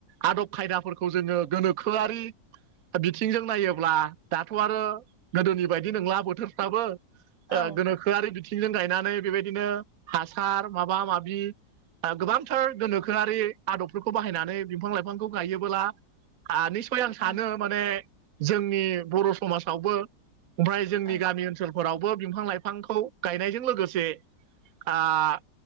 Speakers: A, on the right (about 60°); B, on the right (about 85°).
A: आदब खायदाफोरखौ जोङो गोनोखोआरि बिथिंजों नायोब्ला दाथ' आरो गोदोनि बायदि नंला बोथोरफ्राबो
B: औ ओ
A: गोनोखो खोआरि बिथिंजों गायनानै बेबायदिनो हासार माबा माबि आरो गोबांथार गोनोखोआरि आदबफोरखौ बाहायनानै बिफां लाइफांखौ गायोबोब्ला हा निस्य आं सानो
B: औ
A: माने जोंनि बर' समाजावबो ओमफ्राय जोंनि
B: औ
A: गामि ओनसोलफोरावबो बिंफां लाइफांखौ गायनायजों लोगोसे आ